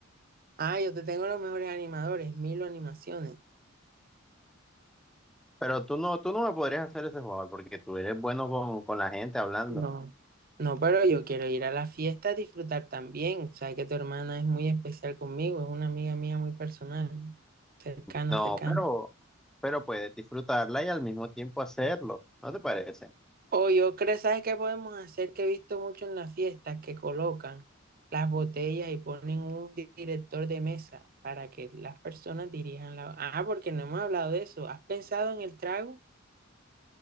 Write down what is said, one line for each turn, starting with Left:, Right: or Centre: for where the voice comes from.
Right: Ah, yo te tengo los mejores animadores, Milo Animaciones.
Centre: Pero tú no, tú no me podrías hacer ese jugador porque tú eres bueno con, con la gente hablando.
Right: No, no, pero yo quiero ir a la fiesta a disfrutar también. Sabes que tu hermana es muy especial conmigo, es una amiga mía muy personal, cercana,
Centre: No,
Right: cercana.
Centre: pero, pero puedes disfrutarla y al mismo tiempo hacerlo, ¿no te parece?
Right: O yo creo, ¿sabes qué podemos hacer? Que he visto mucho en las fiestas que colocan las botellas y ponen un di- director de mesa para que las personas dirijan la... Ah, porque no hemos hablado de eso. ¿Has pensado en el trago?